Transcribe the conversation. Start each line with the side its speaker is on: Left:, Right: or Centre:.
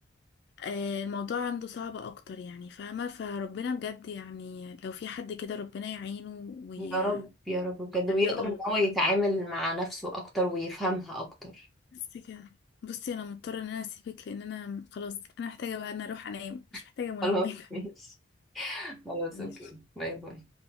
Left: آه، الموضوع عنده صعب اكتر يعني فاهمة فربنا بجد يعني لو في حد كده ربنا يعينه ويعدى
Centre: يا رب يا رب بجد ويقدر
Left: اه
Centre: ان هو يتعامل مع نفسه اكتر ويفهمها اكتر
Left: بس كده بصي انا مضطرة ان انا اسيبك لان انا خلاص انا محتاجة بقى ان اروح انام مش محتاجة
Centre: <laughs>
Left: منومة
Centre: خلاص
Left: <laughs>
Centre: ماشي <laughs> خلاص
Left: ماشي
Centre: اوكي باي باي